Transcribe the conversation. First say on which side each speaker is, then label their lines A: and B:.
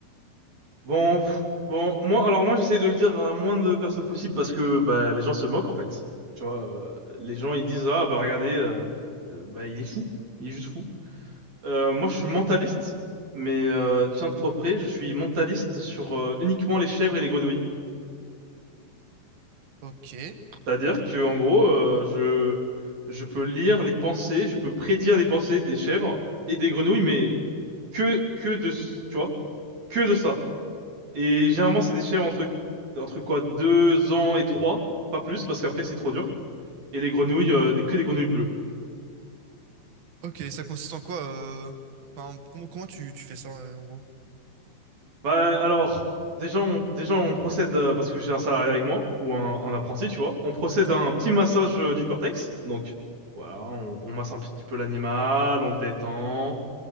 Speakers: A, on the right; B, on the right.
A: Bon, pff, bon, moi, alors moi, j'essaie de le dire à moins de personnes possible parce que bah, les gens se moquent, en fait. Tu vois, euh, les gens, ils disent, ah, bah, regardez, euh, euh, bah, il est fou. Il est juste fou. Euh, moi, je suis mentaliste, mais euh, tiens-toi prêt, je suis mentaliste sur euh, uniquement les chèvres et les grenouilles.
B: Ok.
A: C'est-à-dire que en gros, euh, je je peux lire les pensées, je peux prédire les pensées des chèvres et des grenouilles, mais que que de s- tu vois que de ça. Et généralement, c'est des chèvres entre entre quoi deux ans et trois, pas plus, parce qu'après c'est trop dur. Et les grenouilles, euh, des, que des grenouilles bleues.
B: Ok, ça consiste en quoi euh... enfin, comment, comment tu, tu fais ça euh, en gros?
A: Bah alors déjà on déjà on procède euh, parce que j'ai un salarié avec moi ou un, un apprenti, tu vois. On procède
B: D'accord.
A: à un petit massage euh, du cortex, donc. Voilà, on, on masse un petit peu l'animal, on le détend,